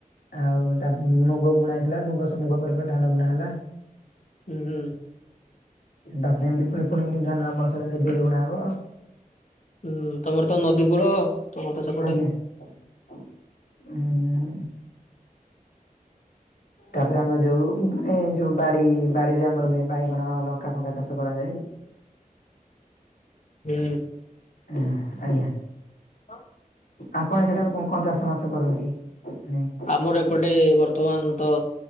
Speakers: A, on the left; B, on the left.
A: ଆଉ ତା ମୁଗ ବୁଣା ହେଇଥିଲା ମୁଗ ସ ମୁଗ ପରେ ପରେ ଧାନ ବୁଣା ହେଲା।
B: ହୁଁ ହୁଁ।
A: ତାପରେ ଏମିତି ଫୁଣି ଫୁଣି ଧାନ ଅମଳ ସାଇଲେ <unintelligible> ବିରି ବୁଣା ହବ।
B: ହୁଁ ତମର ତ ନଦୀ କୂଳ ତମର ତ ସେପଟେ
A: ଆଜ୍ଞା ହୁଁ ତାପରେ ଆମର ଯୋଉ ମାନେ ଯୋଉ ବାରି ବାଡିରେ ଆମର <unintelligible> ବାଇଗଣ ଲଙ୍କା ଫଙ୍କା ଚାଷ କରାଯାଏ।
B: ହୁଁ।
A: <unintelligible> ଆଜ୍ଞା।
B: <unintelligible>
A: ଆପଣଙ୍କ <unintelligible> କଁ ଚାଷ ମାସ କରନ୍ତି <unintelligible>
B: ଆମର ଏପଟେ ବର୍ତ୍ତମାନ ତ